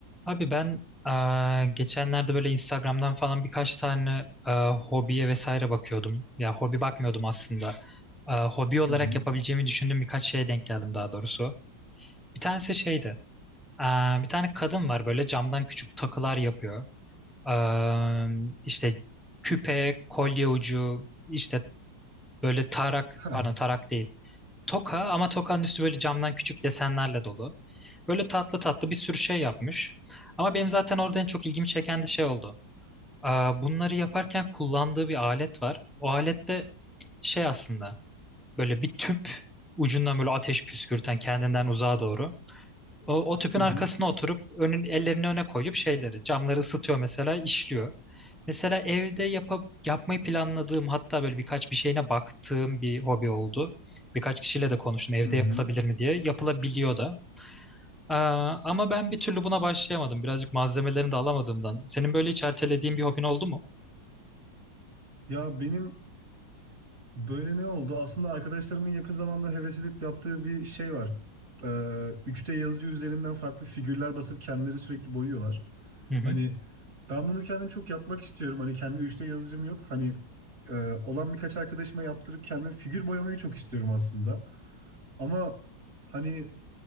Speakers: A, in the centre; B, on the right.
A: Abi ben eee, geçenlerde böyle Instagram'dan falan birkaç tane eee, hobiye vesaire bakıyordum. Ya hobi bakmıyordum aslında. Eee, hobi olarak
B: Hı hı.
A: yapabileceğimi düşündüğüm birkaç şeye denk geldim daha doğrusu. Bir tanesi şeydi. Eee, bir tane kadın var böyle camdan küçük takılar yapıyor. Eee işte küpe, kolye ucu, işte böyle tarak,
B: Ha.
A: pardon tarak değil. Toka ama tokanın üstü böyle camdan küçük desenlerle dolu. Böyle tatlı tatlı bir sürü şey yapmış. Ama benim zaten orada en çok ilgimi çeken de şey oldu. Aa, Bunları yaparken kullandığı bir alet var. O alette şey aslında böyle bir tüp ucundan böyle ateş püskürten kendinden uzağa doğru. O, o tüpün
B: Hı
A: arkasına
B: hı.
A: oturup önün ellerini öne koyup şeyleri camları ısıtıyor mesela işliyor. Mesela evde yapıp yapmayı planladığım hatta böyle birkaç bir şeyine baktığım bir hobi oldu. Birkaç kişiyle de konuştum evde
B: Hı hı.
A: yapılabilir mi diye. Yapılabiliyor da. Ee, ama ben bir türlü buna başlayamadım. Birazcık malzemelerini de alamadığımdan. Senin böyle hiç ertelediğin bir hobin oldu mu?
B: Ya benim böyle ne oldu? Aslında arkadaşlarımın yakın zamanda heves edip yaptığı bir şey var. Ee, 3D yazıcı üzerinden farklı figürler basıp kendileri sürekli boyuyorlar.
A: Hı hı.
B: Hani ben bunu kendim çok yapmak istiyorum. Hani kendi 3D yazıcım yok. Hani e, olan birkaç arkadaşıma yaptırıp kendim figür boyamayı çok istiyorum aslında. Ama hani